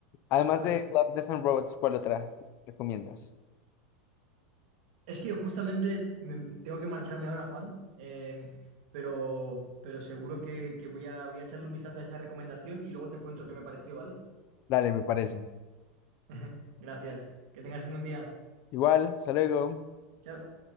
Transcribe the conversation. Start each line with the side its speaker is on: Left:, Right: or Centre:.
Left: Además
Right: Pues
Left: de Love, Death and Robots, ¿cuál otra recomiendas?
Right: Es que justamente me- tengo que marcharme ahora, Juan, eh, pero, pero seguro que, que voy a, voy a echarle un vistazo a esa recomendación y luego te cuento qué me pareció, ¿vale?
Left: Dale, me parece.
Right: <laughs> Gracias. Que tengas un buen día.
Left: Igual, hasta luego.
Right: Chao.